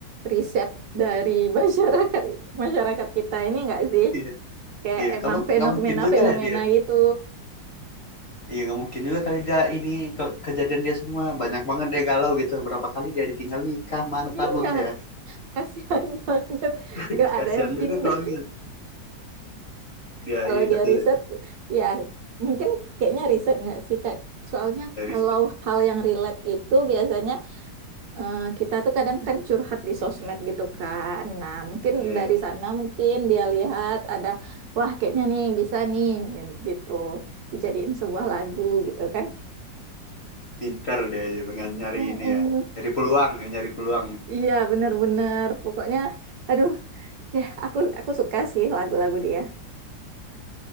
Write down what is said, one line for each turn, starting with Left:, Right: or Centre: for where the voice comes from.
Right: riset dari <laughs> masyarakat masyarakat kita ini enggak sih?
Left: iya
Right: kayak
Left: iya
Right: emang
Left: kalau
Right: fenomena-fenomena
Left: nggak mungkin juga ya dia
Right: gitu.
Left: iya nggak mungkin juga kali dia ini ke- kejadian dia semua banyak banget dia galau gitu berapa kali dia ditinggal nikah mantan
Right: Iya,
Left: lah ya
Right: kasihan <laughs> banget.
Left: <laughs>
Right: Nggak
Left: kasihan
Right: ada yang
Left: juga
Right: indah.
Left: kalau dia. dia
Right: Kalau
Left: ini tapi
Right: dia riset, ya mungkin kayaknya riset nggak sih, Kak? Soalnya
Left: dari
Right: kalau hal yang relate gitu biasanya eh, kita tuh kadang kan curhat di sosmed gitu kan. Nah, mungkin
Left: iya,
Right: dari
Left: iya.
Right: sana mungkin dia lihat ada, wah kayaknya nih bisa nih gitu. Dijadiin sebuah lagu gitu kan.
Left: pinter dia ya, pengen nyari
Right: Mm-mm.
Left: ini ya nyari peluang ya, nyari peluang
Right: Iya, bener-bener. Pokoknya, aduh Ya, aku aku suka sih lagu-lagu dia.